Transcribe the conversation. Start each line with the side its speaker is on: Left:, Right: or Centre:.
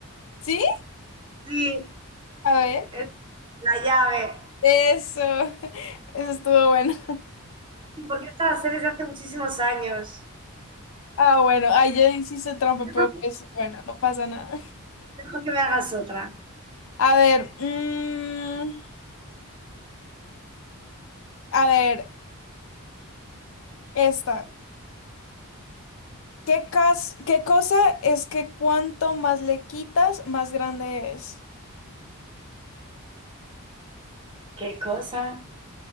Left: ¿Sí?
Right: Sí,
Left: A ver.
Right: es la llave.
Left: Eso. <laughs> Eso estuvo bueno. <laughs>
Right: Y porque esta la sé desde hace muchísimos años.
Left: Ah, bueno. Ay, ya hiciste trampa,
Right: Dejo
Left: pero pues
Right: que
Left: bueno, no pasa nada.
Right: dejo que me hagas otra.
Left: A ver. mm, a ver, esta. ¿Qué cas- qué cosa es que cuanto más le quitas, más grande es?
Right: ¿Qué cosa